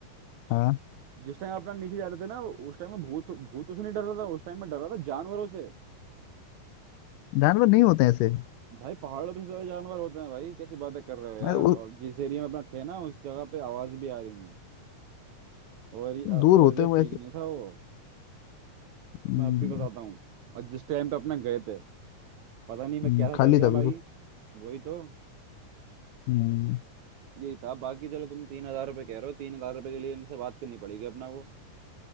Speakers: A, on the left (about 80°); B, on the right (about 70°).
A: हाँ
B: जिस टाइम अपना नीचे जा रहे थे ना उस टाइम में भूत भूतों से नहीं डर रहा था उस टाइम में डर रहा था जानवरों से
A: जानवर नहीं होते ऐसे
B: भाई पहाड़ों पे सबसे ज्यादा जानवर होते हैं भाई कैसी बातें कर रहे हो यार
A: अरे वो
B: और जिस एरिया में अपना थे ना उस जगह पे आवाज भी आ रही थी वो एरिया
A: दूर
B: वो
A: होते
B: एरिया
A: हैं वैसे
B: ठीक नहीं था वो
A: हम्म,
B: मैं अब भी बताता हूँ और जिस टाइम पे अपने गए थे पता नहीं मैं
A: हम्म,
B: कैसा
A: खाली
B: चल गया
A: था बिल्कुल
B: भाई वही तो
A: हम्म,
B: यही था बाकी चलो तुम तीन हजार रुपये कह रहे हो तीन हजार रुपये के लिए इनसे बात करनी पड़ेगी अपना को